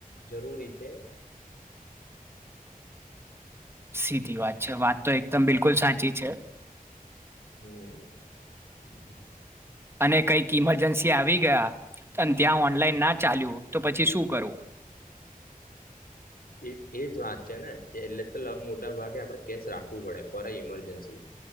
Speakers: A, on the left; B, on the right.
A: જરૂરી છે
B: સીધી વાત છે વાત તો એકદમ બિલકુલ સાચી છે
A: હમ
B: અને કઈક ઈમરજન્સી આવી ગયા અને ત્યાં ઓનલાઈન ના ચાલ્યું તો પછી શું કરું
A: એ એજ વાત છે ને કે એટલે તો મોટા ભાગે આપડે કેસ રાખવું પડે ફોર ઇમરજન્સી